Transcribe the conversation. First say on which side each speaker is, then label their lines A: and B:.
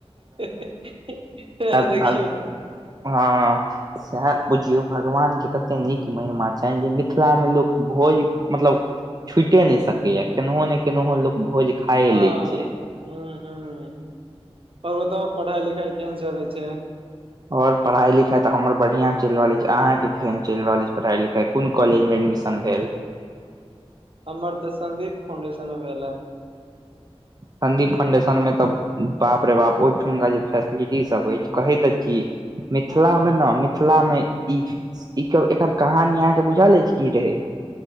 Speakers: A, on the right; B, on the right.
A: अरे <unintelligible>
B: तब
A: देखियौ
B: भग हँ सेहेए बुझियौ भगवानके कतेक नीक महिमा छनि जे मिथिलामे लोक भोज मतलब छुटे नहि सकया केनहो ने केनहो लोक भोज खाए
A: हँ
B: लै छै
A: ह ह आओर बताब पढ़ाई लिखाई केहन चलै छै
B: और पढ़ाई लिखाई तऽ हमर बढ़िया चल रहल अछि छै अहाँ के केहन चलि रहल अछि पढ़ाई लिखाई कोन कॉलेज मे एडमिशन भेल
A: हमर तऽ संन्दीप फाउंडेशनमे भेलै
B: संन्दीप फाउंडेशन में तऽ बाप रे बाप ओहिठमका जे फेसिलिटी सब अछि कहै तऽ छी मिथिलामे ना मिथिलामे ई ई एकर कहानी अहाँ के बुझल अछि की रहे